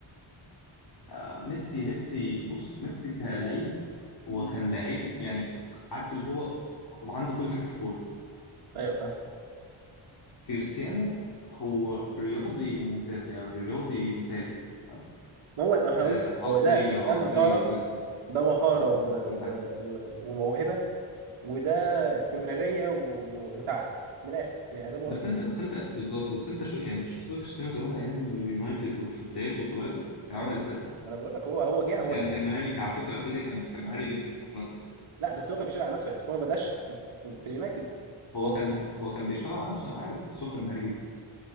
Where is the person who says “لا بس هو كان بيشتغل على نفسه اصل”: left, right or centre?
Right